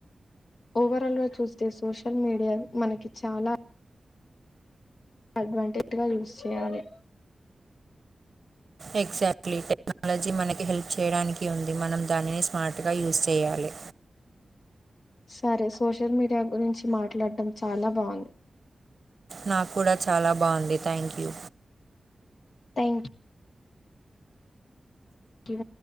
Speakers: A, on the left (about 60°); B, on the right (about 50°).
A: ఓవరాల్ గా చూస్తే సోషల్ మీడియా మనకి చాలా అడ్వాంటేజ్గా యూజ్ చేయాలి
B: ఎగ్జాక్ట్లీ టెక్నాలజీ మనకి హెల్ప్ చేయడానికి ఉంది మనం దానిని స్మార్ట్గా యూజ్ చేయాలి
A: సరే సోషల్ మీడియా గురించి మాట్లాడడం చాలా బాగుంది
B: నాకు కూడా చాలా బాగుంది thank you
A: thank you tea